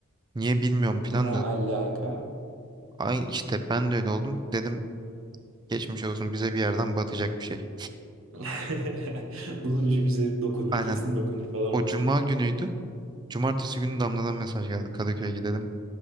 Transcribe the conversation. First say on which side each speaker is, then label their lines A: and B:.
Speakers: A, on the right (about 20°); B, on the right (about 75°).
A: Niye bilmiyorum plan
B: ne
A: da.
B: alaka?
A: Ay işte ben de öyle oldum. Dedim geçmiş olsun bize bir yerden batacak bir şey.
B: <laughs> Bunun ucu bize dokunur.
A: Aynen.
B: Kesin dokunur falan
A: O
B: olmuştur.
A: cuma günüydü. Cumartesi günü Damla'dan mesaj geldi. Kadıköy'e gidelim.